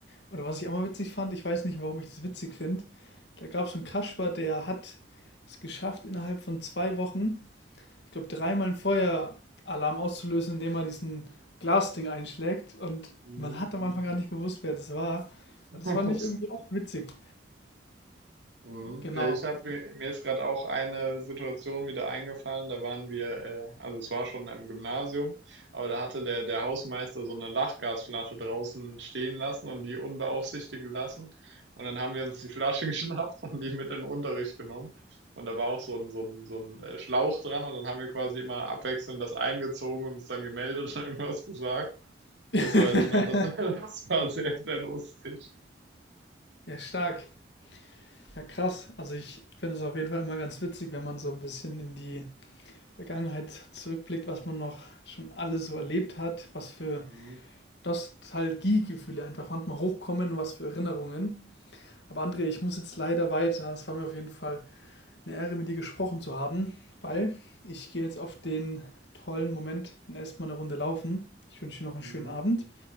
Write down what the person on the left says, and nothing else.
Oder was ich auch mal witzig fand, ich weiß nicht, warum ich das witzig finde. Da gab es einen Kasper, der hat es geschafft, innerhalb von zwei Wochen, ich glaube, dreimal einen Feueralarm auszulösen, indem er diesen Glasding einschlägt. Und
man hat am Anfang gar nicht gewusst, wer das war.
Das fand ich irgendwie auch witzig.
Genau.
<laughs>
ja,
stark. Ja, krass. Also ich finde es auf jeden Fall immer ganz witzig, wenn man so ein bisschen in die Vergangenheit zurückblickt, was man noch schon alles so erlebt hat, was für
Nostalgiegefühle einfach manchmal hochkommen und was für Erinnerungen. Aber André, ich muss jetzt leider weiter. Es war mir auf jeden Fall eine Ehre, mit dir gesprochen zu haben, weil ich gehe jetzt auf den tollen Moment in erstmal eine Runde laufen. Ich wünsche dir noch einen
schönen Abend